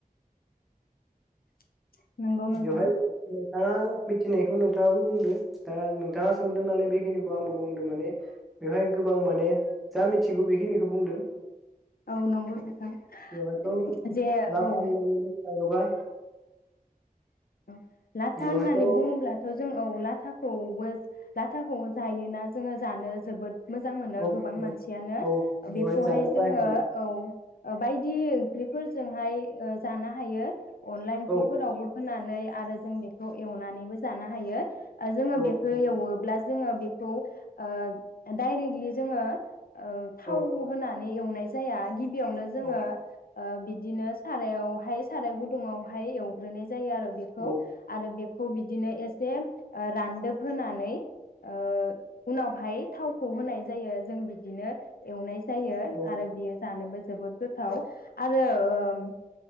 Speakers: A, on the left (about 75°); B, in the centre.
A: <inaudible> नोंथां
B: बेवहाय नोंथाङा। मिथिनायखौ नोंथाङाबो बुंदों दा नोंथाङा सोंदों नालाय बेखिनिखौ आंबो बुंदों माने बेवहाय गोबां माने जा मिथिगौ बेखिनिखौ बुंदों।
A: औ नंगौ नोंथां
B: बेवहायथ'
A: उम जे
B: लाथा
A: औ
B: होननानै बुंनो थाङोबा
A: उम लाथा
B: बेवहायथ'
A: होननानै
B: औ
A: बुङोब्लाथ जों औ लाथाखौबो लाथ थाखौ जायोना जोङो जानो जोबोद। श मोजां मोनो
B: औ
A: गोबां
B: औ
A: मानसियानो
B: औ बेवहाय
A: बेखौहाय
B: जानो
A: जोङो
B: बाहायनाय
A: औ बायदि ओंख्रिफोरजोंहाय ओ जानो हायो। अनला इख्रिफोरनावबो
B: औ
A: होनानै आरो जों बेखौ एवनानैबो जानो हायो। जोङो
B: औ
A: बेखौ
B: औ
A: एवोब्ला जोङो बेखौ ओ दाइरेक्टलि जोङो ओ थाव
B: औ
A: होना नै एवनाय जाया गिबियावनो जोङो
B: औ
A: ओ बिदिनो सारायावहाय साराय गुदुुंङावहाय एवग्रोनाय जायो आरो बेखौ
B: औ
A: आरो बेखौ बि बिदिनो एसे रानदोब होनानै ओ उनावहाय थावखौ होनाय जायो जों बिदिनो एवनाय जायो
B: औ
A: आरो बियो जानोबो जोबोद गोथाव आरो उम